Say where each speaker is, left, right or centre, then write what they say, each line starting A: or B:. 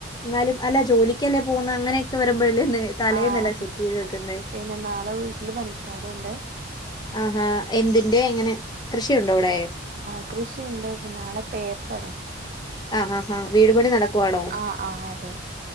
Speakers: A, on the left; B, on the right.
A: ന്നാലും അല്ല ജോലിക്ക് അല്ലെ പോവുന്നെ അങ്ങനെയൊക്കെ വരു. തലേന്നെലാം
B: ആഹ്
A: സെറ്റ് ചെയ്ത് വെക്കുന്നെ.
B: പിന്നെ നാളെ വീട്ടില് പണിക്കാരുണ്ട്
A: ആഹാഹാ എന്തിന്റെ എങ്ങനെ കൃഷിയുണ്ടോ അവിടെ.
B: ആഹ കൃഷിയുണ്ട് നാളെ തേപ്പാണ്.
A: ആഹ ആാഹാ വീടുപടി നടക്കുവാണോ
B: ആഹ് ആഹ് അതെ